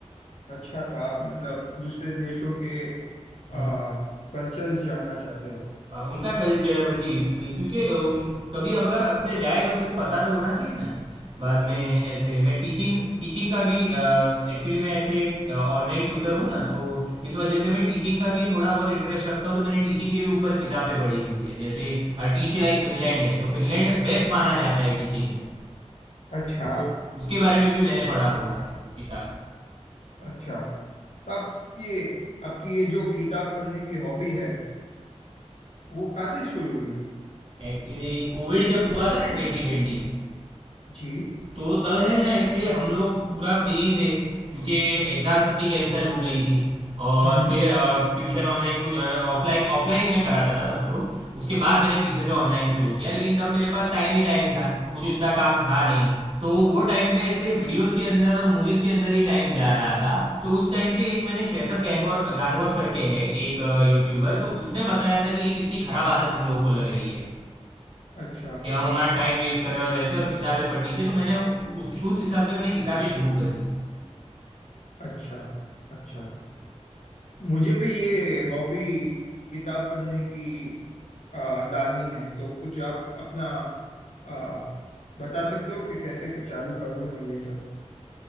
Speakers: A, on the left; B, on the right.
A: अच्छा तो आप मतलब दूसरे देशों के
B: हम्म
A: आ, कल्चर्स जानना चाहते हो
B: अ, उनका कल्चर उनकी हिस्ट्री क्योंकि अ, उन- कभी अब अगर अपने जाए तो अपने को पता तो होना चाहिए ना बाद में ऐसे मैं टीचिंग टीचिंग का भी एक्चुअली मैं ऐसे ऑनलाइन ट्यूटर हूँ ना तो इस वजह से मैं टीचिंग का भी थोड़ा बहुत इंटरेस्ट रखता हूँ तो मैंने टीचिंग के भी ऊपर किताबें पढ़ी हुई है जैसे टीच लाइक फिनलैंड है तो फिनलैंड बेस्ट माना जाता है टीचिंग में
A: अच्छा
B: तो उसके बारे में भी मैंने पढ़ा हुआ है किताब
A: अच्छा तो आप ये आपकी ये जो किताब पढ़ने की हॉबी है वो कहाँ से शुरू हुई
B: एक्चुअली कोविड जब हुआ था ना ट्वेंटी ट्वेंटी में
A: जी
B: तो तब है ना ऐसे हम लोग पूरा फ्री ही थे क्योंकि एग्ज़ाम सबकी कैंसिल हो गई थी और
A: हम्म
B: फिर ट्यूशन ऑनलाइन कुछ ऑफलाइन ऑफलाइन ही मैं कराता था तब तो उसके बाद मैंने पीछे से ऑनलाइन शुरू किया लेकिन तब मेरे पास टाइम ही टाइम था कुछ उतना काम था नहीं तो वो टाइम पे ऐसे वीडियोस के अंदर और मूवीज के अंदर ही टाइम जा रहा था तो उस टाइम पे एक मैंने श्वेतब गैंगोर गांगोर करके है एक यूट्यूबर तो उसने बताया था कि ये कितनी खराब आदत हम लोगों को लग रही है
A: अच्छा
B: कि हम हमारा
A: अच्छा
B: टाइम वेस्ट करें और वैसे और किताबें पढ़नी चाहिए तो मैंने उसकी उस हिसाब से मैंने किताबें शुरू कर दी
A: अच्छा अच्छा मुझे भी ये हॉबी किताब पढ़ने की आ, डालनी है तो कुछ आप अपना आ, बता सकते हो कि कैसे चालू करूँ मैं ये सब